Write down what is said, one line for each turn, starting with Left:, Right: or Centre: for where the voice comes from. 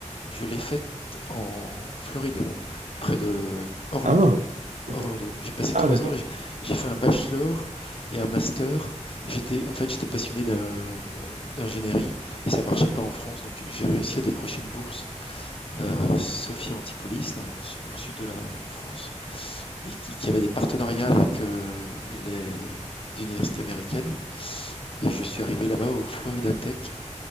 Left: Je l'ai faite en Floride, près de Orlando.
Right: Ah, d'accord.
Left: Orlando. J'ai passé
Right: Ah,
Left: 3
Right: d'accord.
Left: ans là, j'ai j'ai fait un bachelor et un master. J'étais, en fait, j'étais passionné d'in d'in d'ingénierie et ça marchait pas en France, donc j'ai réussi à décrocher une bourse à Sophia Antipolis, là, au su- au sud de la France, et qui, qui avait des partenariats avec euh, les universités américaines. Et je suis arrivé là-bas au Florida Tech.